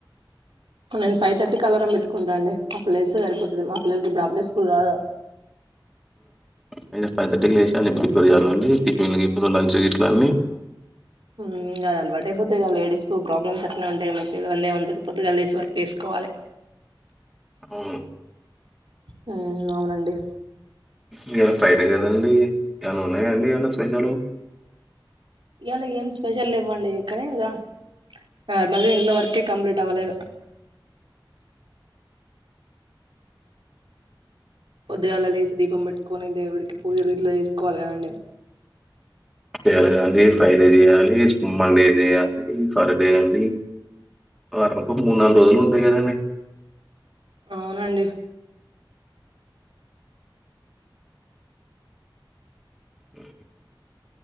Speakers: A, on the right; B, in the centre.
A: నేను ఫైవ్ థర్టీ కి అలారం పెట్టుకుంటాండి అప్పుడు లేస్తే సరిపోది మా పల్లకిప్పుడుడలే స్కూల్ కాదా
B: అయి ఫైవ్ థర్టీకి లేసిన ప్రిపేర్ కావా అండి టిఫిన్ ఇప్పు లంచ్ గిట్లన్నీ
A: హ్మ్మ్ ఇగ అలవాటు అయిపోతది లేడీస్ కి ప్రాబ్లమ్స్ అట్లనే ఉంటాయి అల్లెమ్ ఉంటది పొద్దుగాల లేసి వర్క్ చేసుకో వాలే
B: హ్మ్మ్
A: హ్మ్మ్ అవునండి
B: ఇలా ఫ్రైడే కదాండి ఏమన్నా ఉన్నాయా అండి ఏమన్న స్పెషల్
A: ఇయలా ఏం స్పెషల్ లేవ్వండి కని ఇగ నార్మల్గా ఇంట్లో వర్కే కంప్లీట్ అవ్వలేదు పొద్దుగాళ్ళ లేసి దీపం పెట్టుకొని దేవుడికి పూజలుగిట్ల చేసుకోవాలి కదండి
B: తీస్ చేయలి గదండి ఫ్రైడే చేయాలి మండే చేయాలి సటర్డే అండి వారానికో
A: అవును
B: మూడు నాలుగు రోజులు ఉంటాయి కదండి
A: అవునండి
B: అ